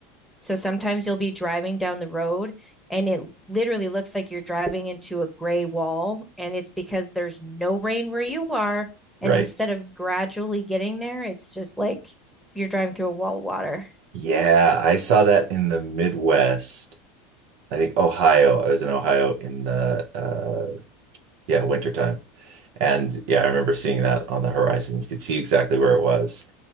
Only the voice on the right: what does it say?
right.
Yeah, I saw that in the Midwest. I think Ohio. I was in Ohio in the uh yeah, wintertime. And yeah, I remember seeing that on the horizon. You could see exactly where it was.